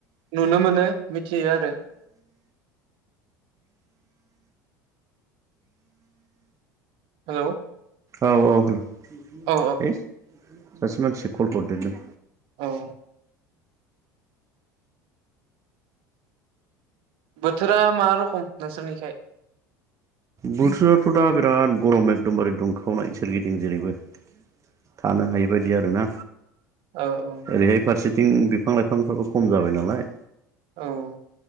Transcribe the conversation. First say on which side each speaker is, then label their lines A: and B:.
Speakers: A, on the right (about 55°); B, on the right (about 30°).
A: नुनो मोनो मिथियो आरो। हेलौ
B: औ औ हेलौ सासे
A: औ
B: मानसिया कल हरदेरदों।
A: औ बोथोरा मा रखम नोंसोरनिखाय?
B: बोथोराथ' दा बिराद गरम एकदमबारे दुंखावनाय सोरगिदिं जेरैबो। थानो हायि बायदि आरोना।
A: ओ औ
B: ओरैहाय फारसेथिं बिफां लाइफांफ्राबो खम जाबाय नालाय
A: औ